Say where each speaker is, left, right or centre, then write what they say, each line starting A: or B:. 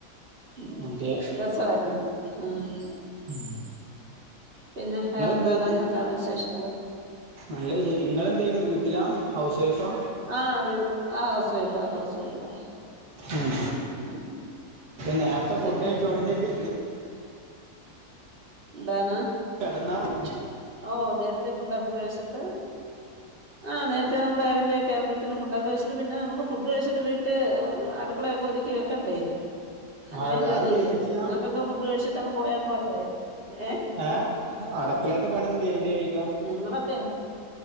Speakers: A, on the right; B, on the right.
A: ഉം
B: <inaudible> അതെ.
A: രസമായിരുന്നു ഉം
B: ഇന്നലെ
A: പിന്നെ വേറെന്താടെ
B: എന്തുപറ്റി <unintelligible>
A: അല്ലാതെ വിശേഷങ്ങൾ
B: നല്ലത് ചെയ്യിൻ. ഇങ്ങളെന്താ വീട്ടിലാ ഹൗസ് വൈഫാ.
A: ആ, വി ആ. ഹൗസ് വൈഫാ ഹൗസ് വൈഫാ.
B: ഉം.
A: ഉം
B: നേരത്തെ ഫുഡ്
A: പിന്നെ
B: കഴിച്ചോണ്ടനിക്ക്
A: എന്താണ്?
B: കെടന്നാമതി.
A: ഓ, നേരത്തെ ഫുഡൊക്കെ കഴിച്ചിട്ട് ആഹ് നേര്ത്തെ നമ്മളെ ഏഴരൊക്കാവുമ്പോത്തിന് ഫുഡൊക്കെ കയിച്ചിട്ട് പിന്നെ മ്മക്ക് ഫുഡ് കഴിച്ചിട്ട് വീട്ട് അടു ക്കളെയൊക്ക ഒതുക്കി വെക്കണ്ടേ അങ്ങനെയും
B: ആഹ്
A: ജോലിയില്ലേ
B: അതും കഴിഞ്ഞിട്ടില്ല
A: നിങ്ങക്കൊക്കെ ഫുഡ് കഴിച്ചിട്ടങ്ങ് പോയാപോരെ ഏഹ്
B: ഏഹ് അടക്കളേത്തെ പണിയൊന്നും കൈഞ്ഞിട്ടില്ലേ ചോയ്ക്കാ
A: നിങ്ങളൊക്കെ